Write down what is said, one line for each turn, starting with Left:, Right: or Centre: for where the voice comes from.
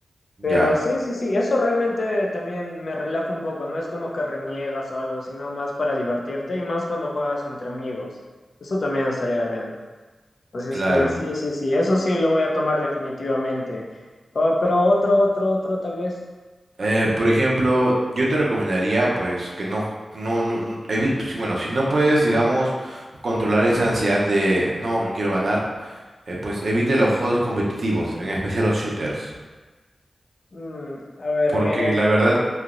Right: Ya,
Left: Pero sí, sí, sí, eso realmente también me relaja un poco, no es como que reniegas o algo, sino más para divertirte y más cuando juegas entre amigos. Eso también estaría bien. Así
Right: claro.
Left: es que sí, sí, sí, eso sí lo voy a tomar definitivamente. Oh, pero otro, otro, otro tal vez.
Right: Eh, por ejemplo, yo te recomendaría pues que no, no, no, no- evi- si- bueno, si no puedes, digamos, controlar esa ansiedad de no, que quiero ganar, eh, pues evite los juegos competitivos, en especial los shooters.
Left: Mm, a ver,
Right: Porque
Left: mira,
Right: la verdad,